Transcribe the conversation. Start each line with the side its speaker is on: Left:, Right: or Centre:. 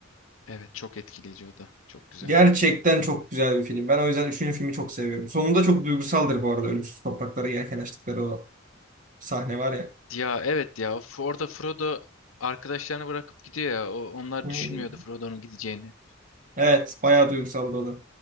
Left: Evet çok etkileyici o da. Çok güzel.
Right: Gerçekten çok güzel bir film. Ben o yüzden üçüncü filmi çok seviyorum. Sonunda çok duygusaldır bu arada. Ölümsüz topraklara yelken açtıkları o sahne var ya.
Left: Ya evet ya F- orada Frodo arkadaşlarını bırakıp gidiyor ya. O, onlar
Right: Hı.
Left: düşünmüyordu Frodo'nun gideceğini.
Right: Evet. Bayağı duygusaldı o da.